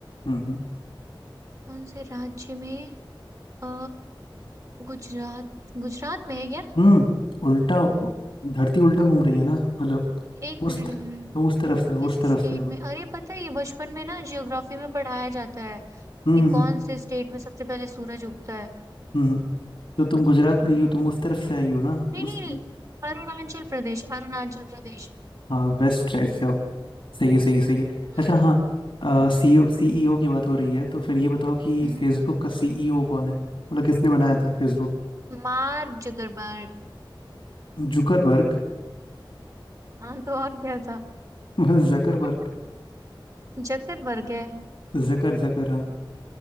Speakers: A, on the left; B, on the right.
A: हम्म
B: कौन से राज्य में अ गुजरात गुजरात में है क्या
A: हम्म हम्म, उल्टा धरती उल्टा घूम रही है ना मतलब
B: एक मिनट
A: उस तुम
B: एक मिनट
A: उस तरफ से हो
B: किस
A: उस तरफ
B: स्टेट
A: से हो
B: में अरे पता है ये बचपन में ना जियोग्राफी में पढ़ाया जाता है
A: हम्म
B: कि
A: हम्म
B: कौन से स्टेट में सबसे पहले सूरज उगता है
A: हम्म। हम्म, तो तुम गुजरात
B: अम
A: गई हो
B: नहीं
A: तुम उस तरफ से आई हो ना उस
B: नहीं नहीं अरुणाचल प्रदेश अरुणाचल प्रदेश
A: हाँ वेस्ट साइड से हो सही है सही है सही है
B: हम्म
A: अच्छा हाँ
B: हम्म
A: सीईओ सीईओ की बात हो रही है तो फिर ये बताओ कि
B: हम्म
A: फेसबुक का सीईओ कौन है मतलब किसने बनाया था फेसबुक
B: Mark Zuckerberg
A: जुकरबर्ग
B: हाँ तो और क्या था
A: <laughs> जकरबर्ग
B: <laughs> जुकरबर्ग है
A: जकर जकर हाँ